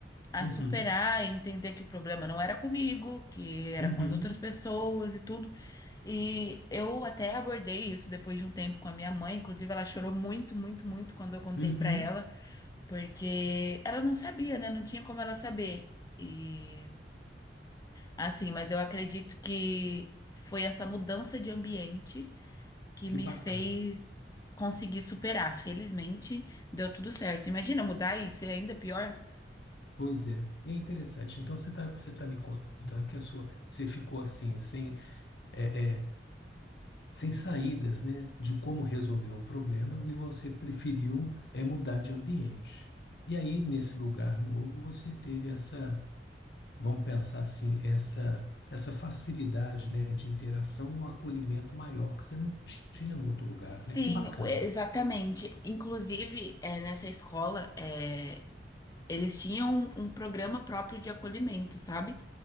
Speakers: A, on the left; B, on the left.
A: a
B: Uhum.
A: superar, entender que o problema não era comigo, que era
B: Uhum.
A: com as outras pessoas e tudo. E eu até abordei isso depois de um tempo com a minha mãe, inclusive ela chorou muito, muito, muito quando eu contei
B: Uhum.
A: pra ela, porque ela não sabia, né? Não tinha como ela saber. E assim, mas eu acredito que foi essa mudança de ambiente que
B: Que
A: me
B: bacana.
A: fez conseguir superar. Felizmente, deu tudo certo. Imagina mudar e ser ainda pior.
B: Pois é. E é interessante. Então você está você tá me contando que a sua você ficou assim, sem é, é, sem saídas, né, de como resolver o problema, e você preferiu é mudar de ambiente. E aí nesse lugar novo você teve essa, vamos pensar assim, essa essa facilidade, né, de interação e um acolhimento maior que você não tinha no outro lugar,
A: Sim,
B: né? Que bacana.
A: o- é, exatamente. Inclusive, é, nessa escola, é, eles tinham um, um programa próprio de acolhimento, sabe?